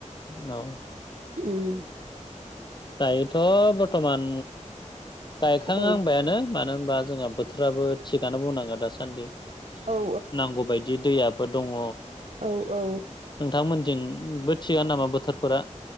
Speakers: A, on the left; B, on the right.
A: औ
B: उम
A: दायोथ' बर्थमान गायखांहां
B: औ
A: नो मानो होनबा जोंहा बोथोराबो थिगानो बुंनांगोन दासान्दि
B: औ
A: नांगौ बायदि दि दैयाबो दङ
B: औ-औ
A: नोंथांमोनथिंबो थिगानो नामा बोथोरफोरा